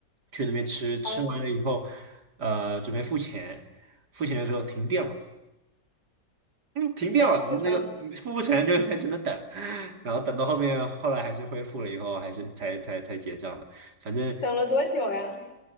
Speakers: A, on the right; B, on the left.
A: 去那边吃，吃完了以后，
B: 啊，
A: 呃，准备付钱。付钱的时候停电了，嗯，停电了，
B: 那付不成，
A: 那个付不成就还只能等，<laughs> 然后等到后面，后来还是恢复了以后，还是才才才结账的，反正
B: 等了多久呀？